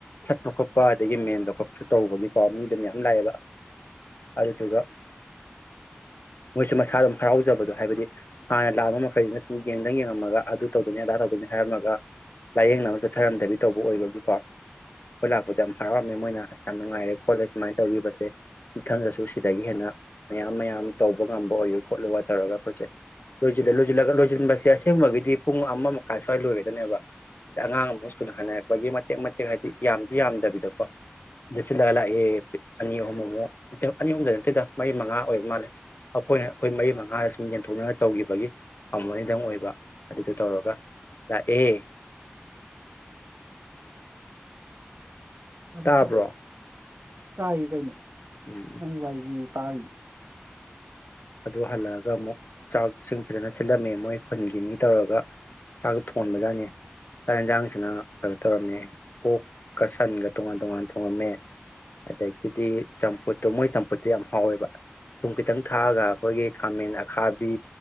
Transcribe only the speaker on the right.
ꯑꯗꯦ
ꯊꯔ ꯇꯥꯏ ꯀꯩꯅꯩꯅꯣ
ꯅꯪ ꯋꯥꯏ ꯇꯥꯏ